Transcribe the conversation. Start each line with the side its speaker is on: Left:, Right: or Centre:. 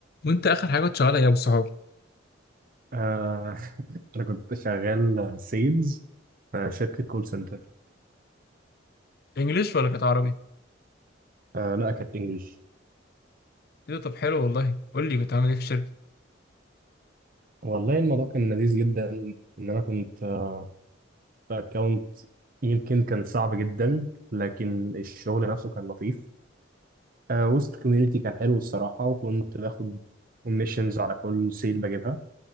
Left: وانت اخر حاجه كنت شغالها ايه يا ابو الصحاب
Right: آه، <laughs> أنا كنت شغال سيلز في شركة كول سنتر
Left: انجليش ولا كانت عربي
Right: آه، لا كانت إنجلش
Left: ايه ده طب حلو والله قول لي كنت عامل ايه في الشركه
Right: والله الموضوع كان لذيذ جدا إن أنا كنت آه، في أكونت يمكن كان صعب جدا لكن الشغل نفسه كان لطيف آه، وسط كوميونيتي كان حلو الصراحة وكنت باخد كوميشنز على كل سيل بجيبها